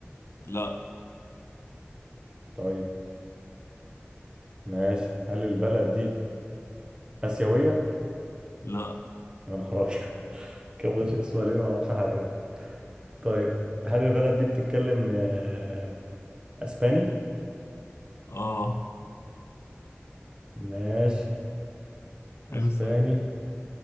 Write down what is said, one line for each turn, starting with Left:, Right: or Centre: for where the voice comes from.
Left: لا
Right: طيب ماشي هل البلد دي آسيوية
Left: لا
Right: يا نهار أبيض <laughs> كده بشيخ سؤالين ما اعرفش حاجة طيب هل البلد دي بتتكلم آه أسباني
Left: اه
Right: ماشي أسباني
Left: حلو السؤال